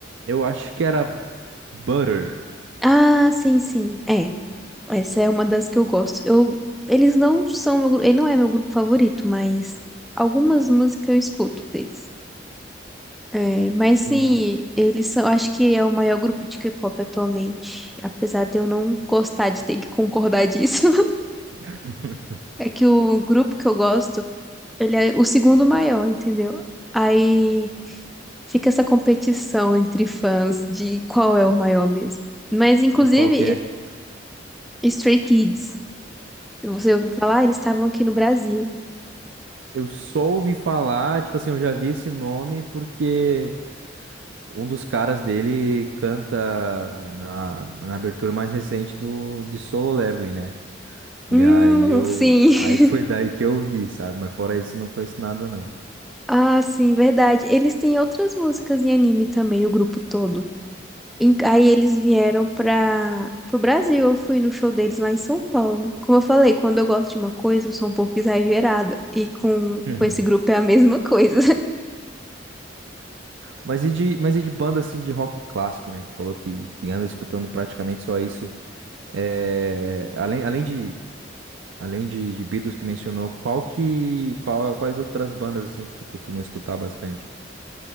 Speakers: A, on the right; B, in the centre.
A: eu acho que era Butter.
B: Ah, sim, sim. É, essa é uma das que eu gosto. Eu, eles não são meu, gru- ele não é meu grupo favorito, mas algumas músicas eu escuto deles. É, mas sim,
A: Entendi.
B: eles são, acho que é o maior grupo de K-pop atualmente, apesar de eu não gostar de ter que concordar disso. <laughs>
A: <laughs>
B: É que o grupo que eu gosto, ele é o segundo maior, entendeu? Aí Fica essa competição entre fãs de qual é o maior mesmo. Mas, inclusive,
A: E qual que
B: ele...
A: é?
B: Stray Kids, se você ouviu falar, eles estavam aqui no Brasil.
A: Eu só ouvi falar, tipo assim, eu já vi esse nome porque Um dos caras dele canta na, na abertura mais recente do, de Solo Leveling, né? E
B: Hum,
A: aí eu,
B: sim.
A: aí foi
B: <laughs>
A: <laughs> daí que eu vi, sabe? Mas fora isso, não conheço nada, não.
B: Ah, sim, verdade. Eles têm outras músicas em anime também, o grupo todo. Em- Aí eles vieram para o Brasil. Eu fui no show deles lá em São Paulo. Como eu falei, quando eu gosto de uma coisa, eu sou um pouco exagerada. E com,
A: <laughs>
B: com esse grupo é a mesma coisa.
A: Mas e de, mas e de banda assim de rock clássico, né? Que falou que, que anda escutando praticamente só isso. É, além, além de Além de, de Beatles que mencionou, qual que, qual, quais outras bandas assim que tu costuma escutar bastante?